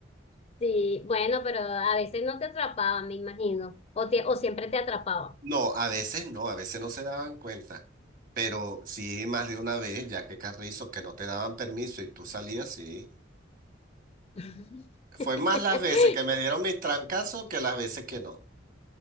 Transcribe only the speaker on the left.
sí, bueno, pero a veces no te atrapaban, me imagino, o, te- o siempre te atrapaban.
<laughs>